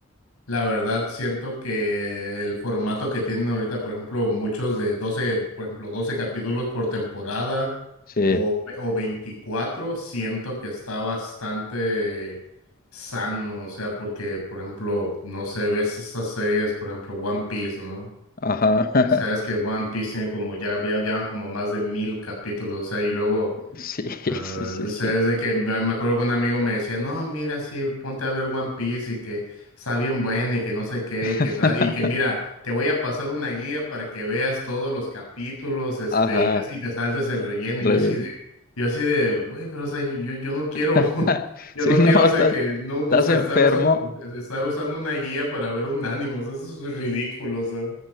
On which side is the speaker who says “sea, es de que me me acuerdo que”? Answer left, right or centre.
Left